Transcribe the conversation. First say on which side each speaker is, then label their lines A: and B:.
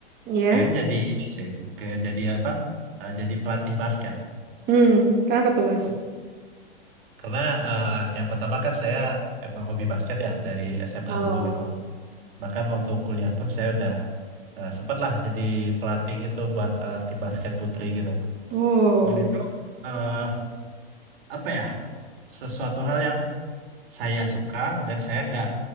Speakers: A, on the right; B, on the right.
A: Iya.
B: pengen jadi ini sih, kayak jadi apa? Eh, jadi pelatih basket.
A: Hmm, kenapa tuh, Mas?
B: Karena eh, yang pertama kan saya emang hobi basket ya dari SMA
A: Oh.
B: dulu gitu loh. Bahkan waktu kuliah pun saya udah eh, sempat lah jadi pelatih gitu buat eh, tim basket putri gitu.
A: Oh,
B: Dan itu eh, apa ya sesuatu hal yang saya suka dan saya nggak